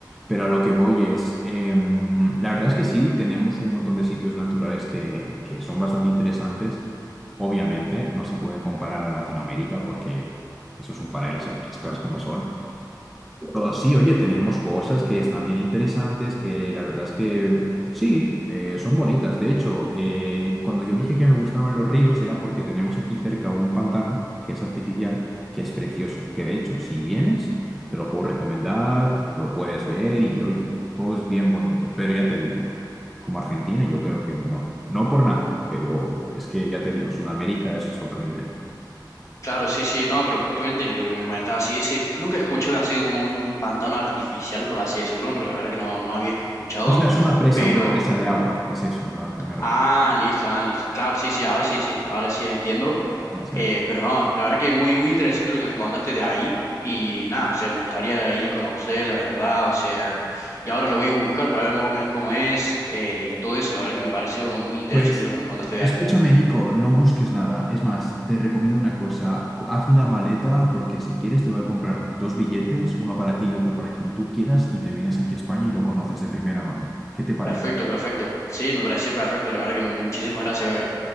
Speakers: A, in the centre; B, on the left.
A: Pero a lo que voy es, em, la verdad es que sí, tenemos un montón de sitios naturales que, que son bastante interesantes. Obviamente, no se puede comparar a Latinoamérica porque eso es un paraíso, las cosas como son. Pero sí, oye, tenemos cosas que están bien interesantes, que la verdad es que sí, eh, son bonitas. De hecho, eh, cuando yo dije que me gustaban los ríos era porque tenemos aquí cerca un pantano que es artificial, que es precioso, que de hecho, si vienes, te lo puedo recomendar, te lo lo puedes ver y oye, todo es bien bonito. Pero ya te digo, como Argentina, yo creo que no, no por nada, pero es que ya te digo, Sudamérica es otro nivel.
B: Claro, sí, sí, no, pero justamente lo que me comentaba, sí, ese, nunca escuché, ha sido como un pantano artificial, por así decirlo, la verdad que no, no había escuchado,
A: O sea, es una presa,
B: pero
A: una presa de agua, es eso a lo que me refiero.
B: Ah, listo, ah, listo. Claro, sí, sí, ahora sí, sí, ahora sí entiendo.
A: A esa
B: Eh,
A: es.
B: pero no, la verdad que muy, muy interesante lo que me contaste de ahí. Y nada, o sea, me gustaría ir a conocer, la verdad, o sea, y ahora lo voy a buscar para ver más o menos cómo es eh, y todo eso. La verdad que me pareció muy interesante
A: Pues
B: lo que me contaste de
A: escúchame,
B: ahí.
A: Nico, no busques nada. Es más, te recomiendo una cosa. Co- Haz la maleta porque si quieres te voy a comprar dos billetes, uno para ti y otro para quien tú quieras, y te vienes aquí a España y lo conoces de primera mano. ¿Qué te parece?
B: Perfecto, perfecto. Sí, me pareció perfecto. La verdad que muchísimas gracias, Gaby.